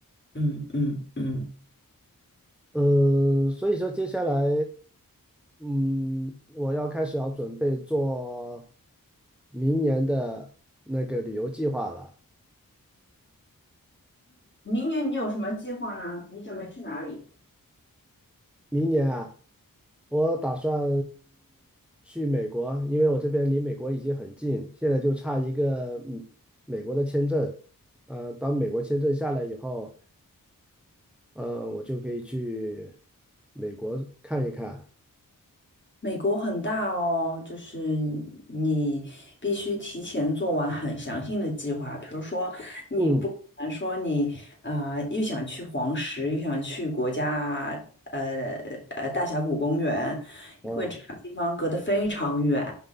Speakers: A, on the left; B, in the centre.
A: 嗯嗯。嗯
B: 嗯，所以说接下来，嗯，我要开始要准备做明年的那个旅游计划了。
A: 月你有什么计划呢？你准备去哪里？
B: 明年啊，我打算去美国，因为我这边离美国已经很近，现在就差一个嗯美国的签证。呃，当美国签证下来以后，呃，我就可以去美国看一看。
A: 美国很大哦，就是你必须提前做完很详细的计划。比如说，你不可能说你啊、
B: 嗯，
A: 呃又想去黄石，又想去国家呃呃大峡谷公园，
B: 哦。
A: 因为这两个地方隔得非常远